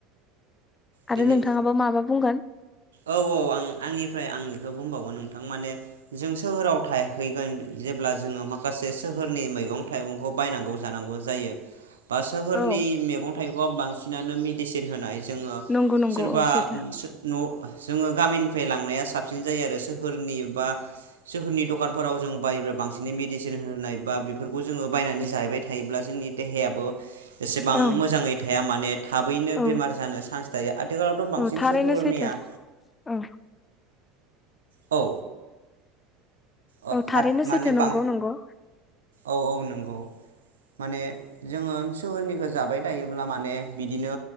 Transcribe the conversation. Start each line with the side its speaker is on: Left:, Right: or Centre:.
Right: बेनि
Left: आरो नोंथाङाबा माबा बुंगोन
Right: औ औ आं आंनिफ्राय आं बेखौ बुंबावगोन नोंथां माने जों सोहोराव थायहैगोन जेब्ला जोङो माखासे सोहोरनि मैगं थाइगंखौ बायनांगौ जानांगौ जायो बा सोहोरनि
Left: औ
Right: मेगन थाइगआव बांसिनानो मिडिसिन होनाय जोङो
Left: नंगौ नंगौ
Right: सोरबा
Left: औ सैथो
Right: उम सो न' जोङो गामिनिफ्राय लांनाया साबसिन जायो आरो सोहोरनि बा सोहोरनि दखानफोराव जों बायोब्ला बांसिनै मिडिसिन होनाय बा बेफोरखौ जोङो बायनानै जाहैबाय थायोब्ला जोंनि देहायाबो एसेबां
Left: ओं
Right: मोजाङै थाया मा थाबैनो
Left: औ
Right: बेमार जानो चान्स थायो आथिखालावथ' बांसिन
Left: औ थारैनो
Right: सोहोरनिया
Left: सैथो औ
Right: औ ओ
Left: औ थारैनो
Right: आद माने
Left: सैथो
Right: बां
Left: नंगौ नंगौ
Right: औ औ नोंगौ माने जोङो सोहोरनिखौ जाबाय थायोब्ला माने बिदिनो